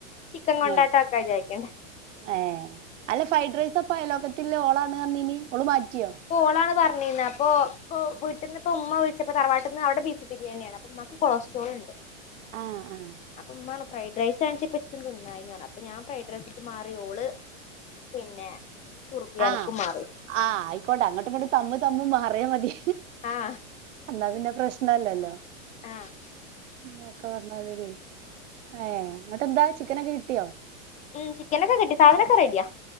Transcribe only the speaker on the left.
ചിക്കൻ കൊണ്ടാട്ടം
ഒക്കെ ചാക്കണ
ഒളാണ് പറഞ്ഞിരുന്നത് അപ്പൊ ഇ വീട്ട നിന്ന് ഇപ്പ ഉമ്മ വിളിച്ചപ്പോ തറവാട്ടിൽ നിന്ന് അവിടെ വിരുന്ന് ബിരിയാണിയാണ് അപ്പൊ നമുക്ക് കൊളസ്ട്രോൾ ഉണ്ട്
ഇമ്മപറഞ് ഫ്രൈഡ്റൈസ് കാണിച്ചാ പ എനിക്കും. തിന്നാ പറ അപ്പൊ ഞാ ഫ്രൈഡ്റൈസ ഒക്ക് മാറി ഓള് പിന്നെ സുർഗിയാനിക്ക്
മാറി.
ആഹ്
ആഹ്
ഉം ചിക്കനൊക്കെ കിട്ടി സാധനൊക്കെ റെഡിയാ